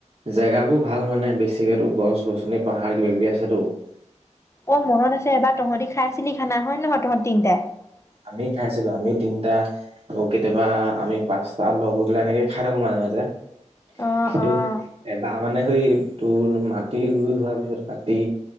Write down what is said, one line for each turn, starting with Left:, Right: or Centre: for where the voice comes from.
Right: জেগাবোৰ ভাল মানে বেছিকো গছ গছনি পাহাৰ কিবা কিবি আছেতো <unintelligible>
Left: অ মনত আছে এবাৰ তহঁতি খাই চিনি খানা হয় নে নহয় তহঁত তিনটাই <unintelligible>
Right: আমি খাইছিলো আমি তিনটা কেতিয়াবা আমি পাঁচটা লগ হৈ পেলাই এনেকে খাই থাকো মাজে মাজে <unintelligible>
Left: অ',
Right: কিন্তু
Left: অ',
Right: এবাহ মানে সেই তোৰ মাটি ৰুই হোৱাৰ পিছত কাতি